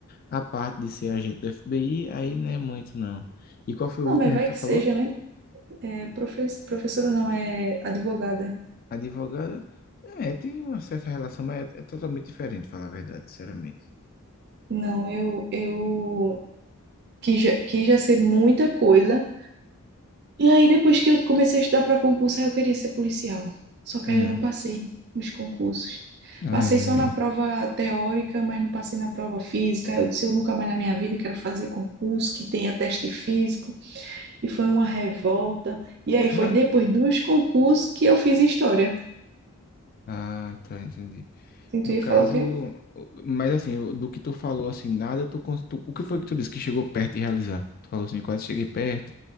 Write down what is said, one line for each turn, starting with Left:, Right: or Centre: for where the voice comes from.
Left: A parte de ser agente do FBI, aí não é muito não. E qual foi
Right: não,
Left: o outro
Right: mas
Left: mesmo
Right: vai
Left: que
Right: que
Left: tu
Right: seja,
Left: falou?
Right: né? É, profe- professora não, é advogada.
Left: Advogada? É, tem uma certa relação, mas é, é totalmente diferente, falar a verdade, sinceramente.
Right: Não, eu, eu quis, já- quis já ser muita coisa. E aí, depois que eu comecei a estudar para concurso, aí eu queria ser policial. Só que
Left: Hum,
Right: aí eu não passei nos concursos.
Left: ah,
Right: Passei
Left: entendi.
Right: só na prova teórica, mas não passei na prova física. Eu disse, eu nunca mais na minha vida quero fazer concurso que tenha teste físico. E foi uma revolta. E aí foi
Left: Mas,
Right: depois dos concursos que eu fiz história.
Left: Ah, tá, entendi.
Right: Sim, tu
Left: No
Right: ia
Left: caso,
Right: falar o quê?
Left: mas assim, o- do que tu falou, assim, nada, tu, cons- tu, o que foi que tu disse que chegou perto de realizar? Tu falou assim, quase cheguei perto.